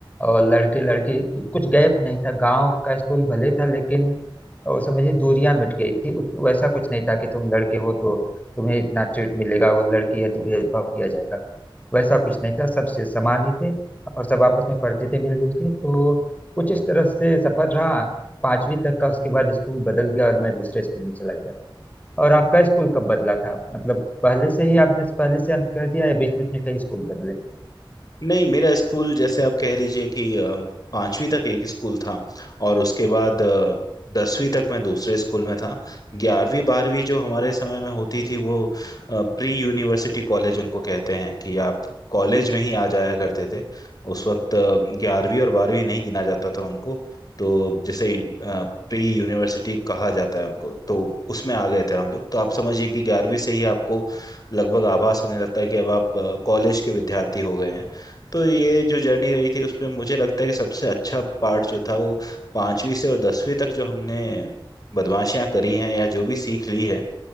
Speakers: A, on the left; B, on the left.
A: और लड़के लड़की कुछ गैप नहीं था गांव का स्कूल भले था लेकिन और समझिए दूरियां मिट गई थी उत- वैसा कुछ नहीं था कि तुम लड़के हो तो तुम्हें इतना ट्रीट मिलेगा वो लड़की है तो भेदभाव किया जाएगा वैसा कुछ नहीं था सब से समान ही थे और सब आपस में पढ़ते थे मिलजुल के तो कुछ इस तरह से सफर रहा पांचवी तक का उसके बाद स्कूल बदल गया और मैं दूसरे स्कूल में चला गया और आपका स्कूल कब बदला था मतलब पहले से ही आपने पहले से अंत कर दिया या बीच बीच में कई स्कूल बदले
B: नहीं मेरा स्कूल जैसे आप कह लीजिए कि अम, पांचवी तक एक स्कूल था और उसके बाद अ, दसवीं तक मैं दूसरे स्कूल में था ग्यारहवीं बारहवीं जो हमारे समय में होती थी वो अ, प्री यूनिवर्सिटी कॉलेज उनको कहते हैं कि आप कॉलेज में ही आ जाया करते थे उस वक्त अ, ग्यारहवीं और बारहवीं नहीं गिना जाता था उनको तो जैसे इन- अ, प्री यूनिवर्सिटी कहा जाता है उनको तो उसमें आ गए थे हम लोग तो आप समझिए कि ग्यारहवीं से ही आपको लगभग आभास होने लगता है कि अब आप अ, कॉलेज के विद्यार्थी हो गए हैं तो ये जो जर्नी रही थी उसमें मुझे लगता है कि सबसे अच्छा पार्ट जो था वो पांचवी से और दसवीं तक जो हमने बदमाशियां करी हैं या जो भी सीख ली है